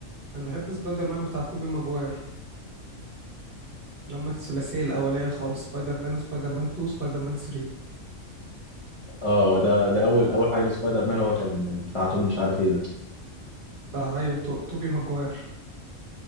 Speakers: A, on the right; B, on the left.
A: انا بحب سبايدر مان بتاع توبي ماجواير اللي هم الثلاثيه الاوليه خالص سبايدر مان وسبايدر مان 2 سبايدر مان 3
B: اه هو ده ده أول أول حاجة لسبايدر مان هو كان بتاعتهم مش عارف ايه ده
A: بتاع ايوه تو... توبي ماجواير